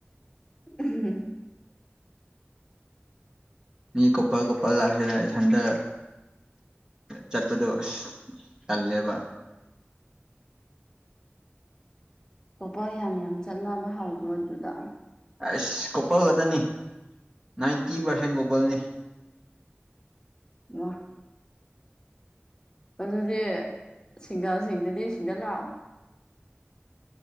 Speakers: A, on the left; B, on the right.
A: ꯎꯝ
B: ꯃꯤ ꯀꯣꯄꯜ ꯀꯣꯄꯜ ꯂꯥꯛ ꯏꯊꯟꯗ ꯆꯠꯄꯗꯣ ꯑꯁ ꯇꯜꯂꯦꯕ
A: ꯑꯣꯄ ꯌꯥꯝ ꯌꯥꯝ ꯆꯠꯅꯕ ꯍꯥꯎꯕ꯭ꯔꯣ ꯑꯗꯨꯗ
B: ꯑꯁ ꯀꯣꯄꯜ ꯈꯛꯇꯅꯤ ꯅꯥꯏꯟꯇꯤ ꯄꯔꯁꯦꯟ ꯀꯣꯄꯜꯅꯤ <unintelligible>
A: ꯋꯥ ꯑꯗꯨꯗꯤ ꯁꯤꯡꯒꯜꯁꯤꯡꯗꯗꯤ ꯁꯤꯗ ꯂꯥꯛꯑꯣ